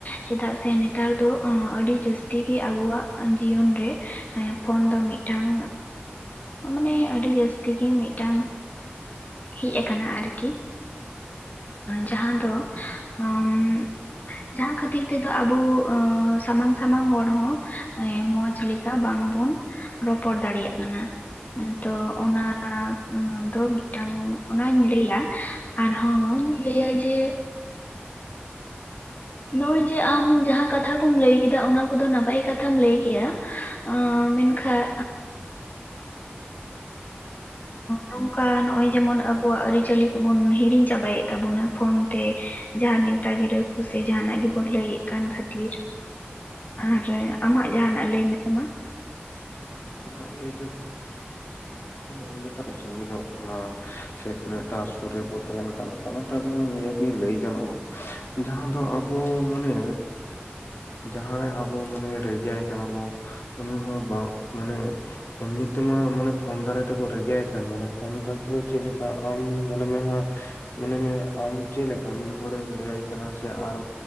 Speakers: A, on the left; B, on the left.
A: ᱪᱮᱫᱟᱜ ᱥᱮ ᱱᱮᱛᱟᱨ ᱫᱚ ᱟᱹᱰᱤ ᱡᱟᱹᱥ ᱛᱤᱜᱤ ᱟᱵᱚᱣᱟᱜ ᱡᱤᱭᱚᱱ ᱨᱮ ᱯᱷᱳᱱ ᱫᱚ ᱢᱤᱫᱴᱟᱝ ᱢᱟᱱᱮ ᱟᱹᱰᱤ ᱡᱟᱹᱥᱛᱤ ᱜᱮ ᱢᱤᱫᱴᱟᱝ ᱦᱮᱡ ᱟᱠᱟᱱᱟ ᱟᱨᱠᱤ ᱡᱟᱦᱟᱸ ᱫᱚ ᱩᱸ ᱡᱟᱦᱟᱸ ᱠᱷᱟᱹᱛᱤᱨ ᱛᱮᱫᱚ ᱟᱵᱚ ᱥᱟᱢᱟᱝ ᱥᱟᱢᱟᱝ ᱦᱚᱲ ᱦᱚᱸ ᱮ ᱢᱚᱸᱡᱽ ᱞᱮ ᱠᱟ ᱵᱟᱝ ᱵᱚᱱ ᱨᱚᱯᱚᱲ ᱫᱟᱲᱮᱭᱟᱜ ᱠᱟᱱᱟ ᱛᱚ ᱚᱱᱟ ᱫᱚ ᱢᱤᱫᱴᱟᱝ ᱚᱱᱟᱧ ᱞᱟᱹᱭᱟ ᱟᱨ ᱤᱧ ᱞᱟᱹᱭ-ᱟ ᱡᱮ ᱱᱚᱜᱚᱭ ᱡᱮ ᱟᱢ ᱡᱟᱦᱟᱸ ᱠᱟᱛᱷᱟ ᱠᱚᱢ ᱞᱟᱹᱭ ᱠᱮᱫᱟ ᱚᱱᱟ ᱠᱚᱫᱚ ᱱᱟᱯᱟᱭ ᱠᱟᱛᱷᱟᱢ ᱞᱟᱹᱭ ᱠᱮᱜᱟ ᱢᱮᱱ ᱠᱷᱟᱡ ᱱᱚᱝᱠᱟ ᱱᱚᱜᱚᱭ ᱡᱮᱢᱚᱱ ᱟᱵᱩ ᱟᱵᱚᱣᱟᱜ ᱟᱹᱨᱤᱪᱟᱹᱞᱤ ᱠᱚᱵᱩᱱ ᱦᱤᱲᱤᱧ ᱪᱟᱵᱟᱭᱮᱫ ᱛᱟᱵᱚᱱᱟ ᱯᱷᱳᱱ ᱛᱮ ᱡᱟᱦᱟᱸ ᱱᱮᱣᱛᱟ ᱜᱤᱨᱟᱹ ᱥᱮ ᱡᱟᱦᱟᱱᱟᱜ ᱜᱮᱵᱚᱱ ᱞᱟᱹᱭᱮᱫ ᱠᱟᱱ ᱠᱷᱟᱹᱛᱤᱨ ᱟᱨ ᱟᱢᱟᱜ ᱡᱟᱦᱟᱱᱟᱜ ᱞᱟᱹᱭ ᱢᱮ ᱢᱟ
B: ᱤᱧᱟᱜ ᱞᱟ. ᱭ ᱛᱮᱫᱚ <unintelligible> ᱥᱟᱜᱤᱧ ᱧᱚᱜ ᱠᱟᱱᱟ ᱥᱮ ᱛᱤᱱᱟᱹᱜ ᱴᱟᱜ ᱥᱩᱨ ᱨᱮᱵᱚ ᱛᱟᱦᱮᱱ ᱠᱟᱱᱟ ᱚᱱᱟ ᱮᱴᱟᱜ ᱫᱚ ᱵᱟᱝ ᱱᱤᱭᱟᱹᱜᱮ ᱞᱟᱹᱭ ᱜᱟᱱᱚᱜ-ᱟ ᱡᱟᱦᱟᱸ ᱫᱚ ᱟᱵᱚ ᱢᱟᱱᱮ ᱡᱟᱦᱟᱸᱭ ᱟᱵᱚ ᱢᱟᱱᱮ ᱨᱟᱜᱤᱭᱟᱭ ᱠᱟᱱᱟ ᱵᱚ ᱩᱱᱤ ᱦᱚᱸ ᱵᱟᱝ ᱢᱟᱱᱮ ᱮᱢᱱᱤ ᱛᱮᱢᱟ ᱢᱟᱱᱮ ᱯᱷᱳᱱ ᱫᱟᱨᱟᱭ ᱛᱮᱵᱚ ᱨᱮᱜᱮᱟᱭ ᱠᱟᱱ ᱢᱟᱱᱮ ᱯᱷᱳᱱ ᱫᱟᱨᱟᱭ ᱛᱮᱫᱚ ᱪᱮᱫ ᱞᱮᱠᱟ ᱟᱢ ᱧᱮᱞ ᱢᱮ ᱦᱟᱸᱜ ᱢᱚᱱᱮ ᱢᱮ ᱟᱢ ᱪᱮᱫᱞᱮᱠᱟ ᱢᱤᱫ ᱦᱚᱲᱮᱢ ᱞᱟᱹᱭᱟᱭ ᱠᱟᱱᱟ ᱥᱮ ᱟᱨ